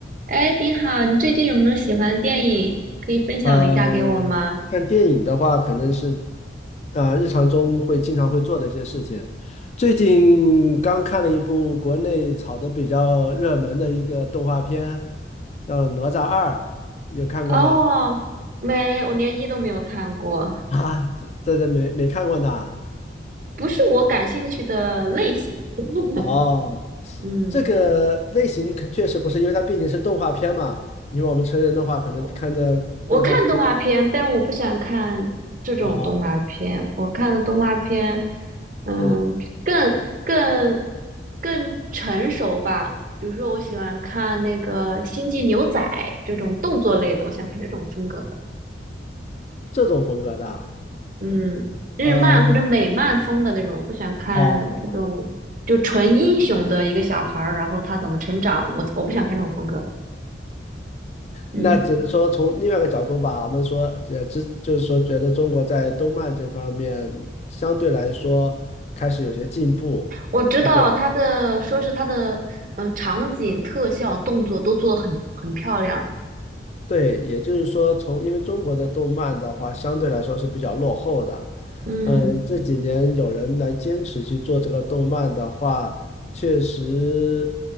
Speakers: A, on the right; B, on the left.
A: 哎，你好，你最近有没有喜欢的电影可以分享一下给我吗？
B: 嗯，看电影的话，可能是啊、日常中会经常会做的一些事情。最近刚看了一部国内炒的比较热门的一个动画片，叫《哪吒二》，你有看过吗？
A: 哦，没，我连一都没有看过，
B: <laughs> 啊，这这这没没看过呢。
A: 不是我感兴趣的类型。<laughs>
B: 哦，
A: 嗯，
B: 这个类型可确实不是，因为它毕竟是动画片嘛。因为我们成人的话，可能看着动画片，
A: 我我看动画片，但我不想看这种动画片。
B: 哦，
A: 我看的动画片，嗯，
B: 嗯，
A: 更更更成熟吧。比如说，我喜欢看那个《星际牛仔》这种动作类的，我想看这种风格的。
B: 这种风格的啊，
A: 嗯，日漫或者美漫风的那种，
B: 呃
A: 不想看这种就纯英雄的一个小孩儿，
B: 哦。
A: 然后他怎么成长，我我不想看这种风格的。嗯，
B: 那只能说从另外一个角度吧，我们说，呃，只就是说，觉得中国在动漫这方面相对来说开始有些进步。
A: 我知道他的，
B: 对，
A: 说是他的，嗯，场景、特效、动作都做得很很漂亮。
B: 对也就是说从，因为中国的动漫的话，相对来说是比较落后的。
A: 嗯，
B: 嗯，这几年有人来坚持去做这个动漫的话，确实，